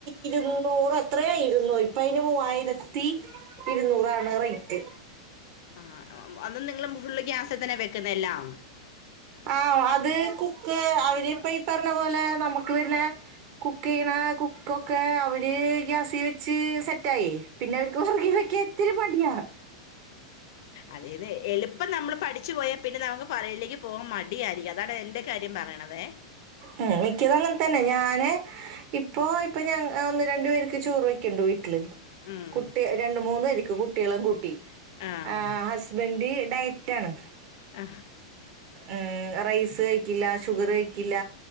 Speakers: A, on the right; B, on the left.
A: ഇരുന്നൂറ് ത്രയോ ഇരു ഇപ്പ അതിന് മൂവായിരത്തി ഇരുന്നൂറാണ് റേറ്റ്
B: ആഹ് ഉം അന്നും നിങ്ങള് ഫുള്ള് ഗ്യാസെ തന്നെ വെക്കുന്നെല്ലാം
A: ആഹ് അത് കുക്ക് അവരിപ്പ ഈ പറഞ്ഞ പോലെ നമുക്ക് വര്നെ കുക്കിയ്യിണെ കുക്കൊക്കെ അവര് ഗ്യാസി വെച്ച് സെറ്റായി പിന്നെ അവർക്ക് വിറകി വെയ്ക്കാ ത്തിരി മടിയാ
B: അതെന്നെ എളുപ്പം നമ്മള് പഠിച്ചു പോയാൽ പിന്നെ നമുക്ക് പറയല്ലെങ്കി പോവാൻ മടിയാരിക്കും അതാണ് എന്റെ കാര്യം പറയണതേ
A: ഉം മിക്കതങ്ങനെ തന്നെ ഞാന് ഇപ്പൊ ഇപ്പൊ ഞ ഒന്ന് രണ്ടു പേർക്ക് ചോറ് വെയ്ക്ക്ണ്ട് വീട്ടില്
B: ഉം
A: കുട്ടി രണ്ട്, മൂന്ന് രിക്ക് കുട്ട്യേളും കൂട്ടി
B: ആഹ്
A: ആ ഹസ് ബൻഡ് ഡയറ്റാണ്
B: അഹ്
A: ഏഹ് റൈസ് കഴിക്കില്ല ഷുഗർ കഴിക്കില്ല.